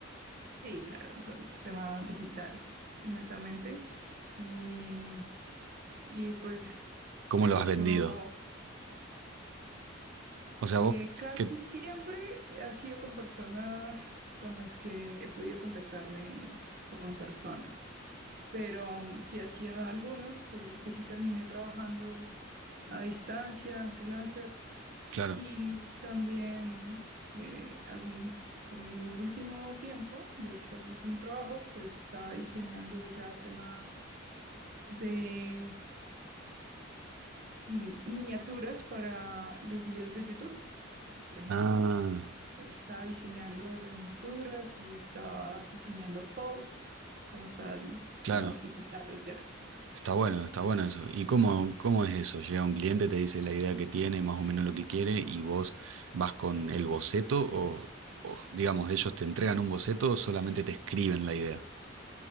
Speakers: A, on the right; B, on the right.
A: Sí, claro, ento- tema digital, netamente. Y, y pues,
B: ¿Cómo
A: de
B: lo
A: hecho...
B: has vendido? O sea,
A: Eh,
B: vos,
A: casi
B: que,
A: siempre ha sido con personas con las que he podido contactarme como en persona, pero um, sí ha sido algunos que, que sí terminé trabajando a distancia, en freelancer,
B: claro.
A: y también eh, algún, en el último tiempo, de hecho el último trabajo, pues estaba diseñando ya temas de mm, miniaturas para los videos de YouTube, por ejemplo.
B: Ah,
A: estaba diseñando las miniaturas y estaba diseñando post como tal,
B: claro.
A: temas digitales ya.
B: Está bueno,
A: Sí.
B: está bueno eso. ¿Y cómo, cómo es eso? Llega un cliente, te dice la idea que tiene, más o menos lo que quiere, y vos vas con el boceto o, o, digamos, ellos te entregan un boceto o solamente te escriben la idea.